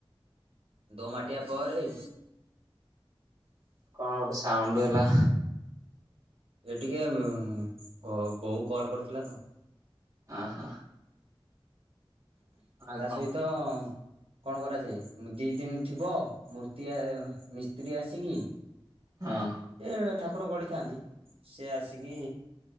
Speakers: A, on the right (about 80°); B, on the right (about 35°).
A: ଦୋ ମାଟିିବା ପରେ
B: କଣ ଗୋଟେ ସାଉଣ୍ଡ ହେଲା?
A: ଏ ଟିକେ କ ବୋଉ କଲ୍ କରିଥିଲାତ।
B: ଅଁ ହଁ। ଆଉ
A: ତାସହିତ
B: କଣ
A: କଣ କରାଯାଏ ଦିଇ ଦିନ ଥିବ ମୂର୍ତ୍ତି ମିସ୍ତ୍ରୀ ଆସିକି
B: ହଁ।
A: ସିଏ ଠାକୁର ଗଢ଼ିଥାନ୍ତି ସେଆସିକି